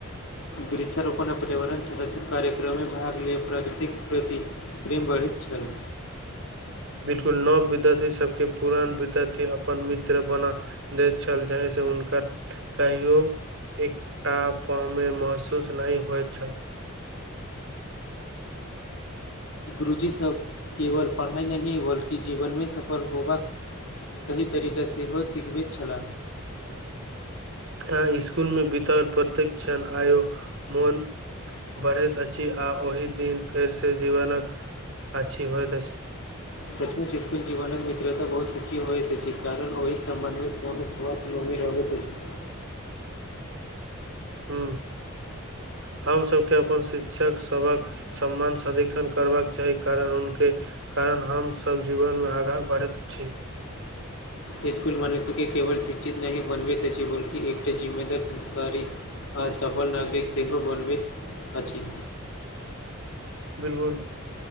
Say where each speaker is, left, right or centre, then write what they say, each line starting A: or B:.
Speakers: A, on the left (about 65°); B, on the right (about 60°).
A: वृक्षारोपण आ पर्यावरण संरक्षण कार्यक्रममे भाग लेब प्राकृतिक प्रति प्रेम बढ़ैत छल
B: बिलकुल नव विद्यार्थी सबके पुरान विद्यार्थी अपन मित्र बना देत छल जहि से उनकर कहियो एकटा अपनमे महसूस नहि होइत छल
A: गुरुजी सब केवल पढ़ाइ नहि बल्कि जीवनमे सफल होबाक सही तरीका सेहो सिखबैत छलाह
B: आ स्कुल मे बितओल प्रतिक्षण आयो मोन बढ़ैत अछि आ ओहि दिन फेरसँ जीवनक आछी होइत अछि
A: सचमुच स्कुल जीवन मित्रता बहुत सची होइत छै कारण ओहि सम्बंध मे कोनो बात नामी रहबे करै छै
B: हू हम सबके अपन शिक्षक सभक सम्मान सदिखन करबाक चाही कारण हुनके कारण हमसब जीवनमे आगाँ बढ़ैत छी
A: इसकुल मनुष्यके केवल शिक्षित नहि मनबैत अछि बल्कि एकटा जिम्मेदार संस्कारी आ सफल नागरिक सेहो बनबैत अछि
B: बिलकुल